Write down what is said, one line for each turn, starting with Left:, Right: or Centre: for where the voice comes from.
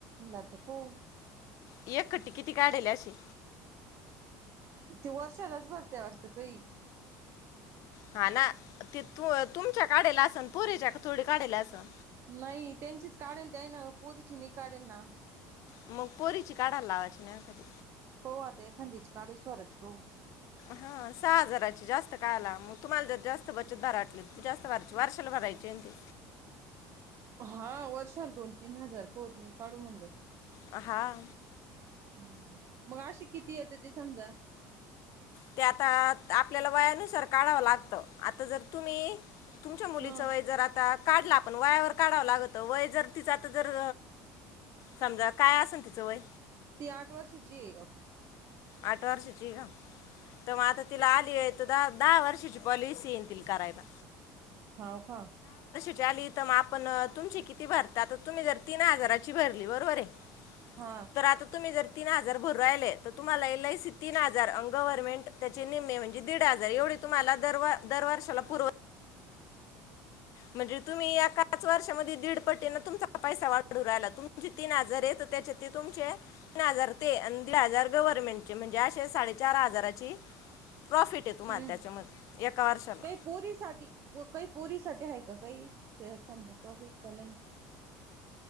Right: लातको
Left: एक खट्टी किती काढल अशी
Right: ते वर्षालाच भरते वाटतं काही
Left: हा ना ते त तुमच्या काढला असन प पुरीच्या थोडी काढाला असन
Right: नाही त्यांचीच काढेल ते ना पुरीची नि काढेल ना
Left: मग पोरीची काढायला लावायची नाही कधी
Right: प आता एखदीीच काढू स्वरच पह
Left: हा सहा हजाराची जास्त कायला मग तुम्हाला जर जास्त बचत भराटली तर जास्त भरायची वारशाला भरायची ते
Right: हा वर्षाल दोन तीन हजार खत नाही काढू म्हणलं
Left: हहाा
Right: हम्म मग अे किती येत ते समजा
Left: त्या आता आपल्याला वया नाही सारख काढावं लागत आता जर तुम्ही तुमच्या मुलीचं
Right: ह
Left: वय जर राहात काढला आपण वयावर काढावं लागतत वय जर तिचं आ जर समजा काय असेल तिचं वय
Right: ती आठ वर्षची आहे अक
Left: आठ वाार सुचला तर मग आता तिला आली आहे द दहा वर्षाची पॉलिसी येतील करायला
Right: होाव का
Left: ली तर मग आपण तुमची किती भरता आता तुम्ही जर तीन हजाराची भरली बरोबर आहे
Right: हा
Left: तर आता तुम्ही जर तीन हजार भरू राहिले तुम्हाला एलआयसी तीन हजार अन गव्हर्नमेंट त्याचे निम्मे म्हणजे दीड हजार एवढे तुम्हाला दर व वर्षाला पुर्व म्हणजे तुम्ही या पाच वर्षामध्ये दीडपट्टीने तुमचा पैसा वाढू राहिला तुमचे तीन हजार येत त्याच्या तुमचे तीन हजार ते हजार गव्हर्नमेंटचे म्हणजे अे साडे चार हजाराची प्रॉफिट आहे तुम्हाला
Right: हम्म
Left: त्याच्यामध्ये एका वर्षाला
Right: काही पोरी साठी काही पोरी साठी आहे का? काही त्याच्यात समजा प्रॉफिट का नाही?